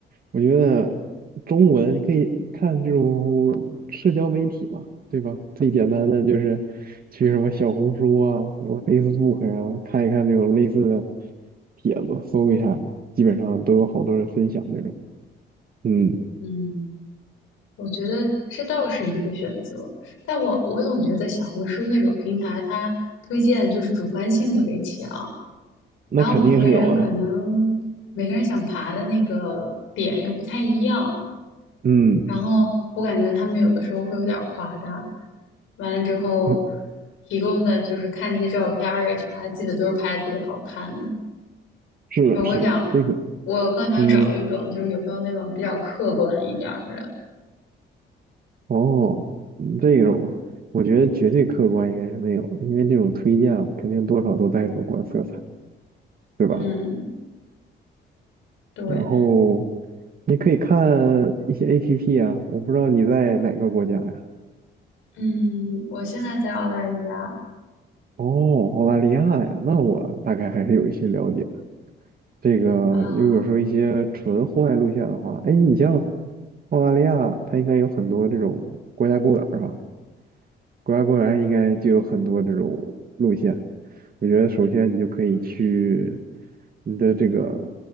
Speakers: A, on the right (about 45°); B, on the left (about 85°).
A: 我觉得中文你可以看这种社交媒体嘛，对吧？最简单的就是去什么小红书啊、什么 Facebook 啊，看一看这种类似的帖子，搜一下，基本上都有好多人分享这种。嗯，
B: 嗯。我觉得这倒是一个选择，但我我总觉得小红书那种平台，它推荐就是主观性特别强，
A: 那肯定是有啊。
B: 然后每个人可能每个人想爬的那个点又不太一样，
A: 嗯，
B: 然后我感觉他们有的时候会有点儿夸大，完了之后
A: 那
B: 提供的就是看那些照片儿啊啥的，记得都是拍的特别好看的。
A: 是的，
B: 就我想，
A: 是的，这个，
B: 我更想找一种就是有没有那种比较客观一点儿的，
A: 嗯，哦，嗯这种我觉得绝对客观应该是没有，因为这种推荐啊肯定多少都带主观色彩。对吧？
B: 嗯，对。
A: 然后你可以看一些 APP 啊，我不知道你在哪个国家呀？
B: 嗯，我现在在澳大利亚
A: 哦，澳大利亚呀，那我大概还是有一些了解的。这个如果说一些纯户外路线的话，
B: 啊，
A: 哎，你像澳大利亚，它应该有很多这种国家公园儿吧？国家公园应该就有很多这种路线。我觉得首先你就可以去你的这个，